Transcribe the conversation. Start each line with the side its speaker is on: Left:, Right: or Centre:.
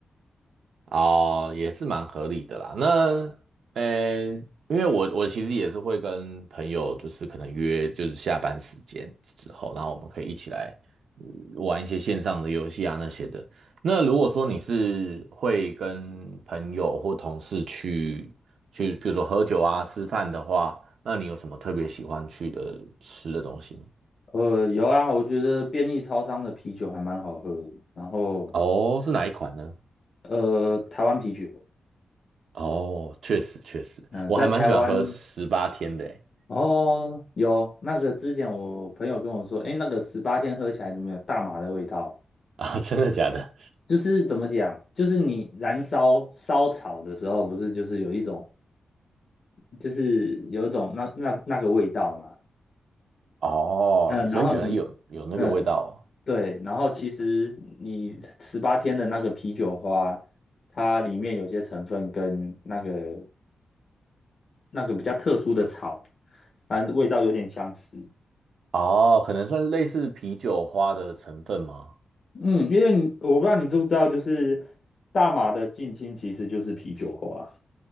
Right: 哦，也是蛮合理的啦。那，呃，因为我我其实也是会跟朋友，就是可能约，就是下班时间之后，然后我们可以一起来呃玩一些线上的游戏啊那些的。那如果说你是会跟朋友或同事去去，比如说喝酒啊、吃饭的话，那你有什么特别喜欢去的吃的东西吗？
Left: 呃，有啊，我觉得便利超商的啤酒还蛮好喝的，然后
Right: 哦，是哪一款呢？
Left: 呃，台湾啤酒。
Right: 哦，确实确实，
Left: 嗯，
Right: 我还蛮喜欢喝十八天的诶。
Left: 在台湾
Right: <laughs>
Left: 哦，有那个之前我朋友跟我说，哎，那个十八天喝起来怎么有大麻的味道？
Right: 啊，真的假的？
Left: 就是怎么讲，就是你燃烧烧草的时候，不是就是有一种，就是有一种那那那个味道嘛。
Right: 哦，
Left: 嗯，
Right: 所以原来有有那个味道
Left: 然后你，嗯，对，然后其实你十八天的那个啤酒花，它里面有些成分跟那个那个比较特殊的草，反正味道有点相似。
Right: 哦，哦可能算是类似啤酒花的成分吗？
Left: 嗯，因为你我不知道你知不知道，就是大马的近亲其实就是啤酒花，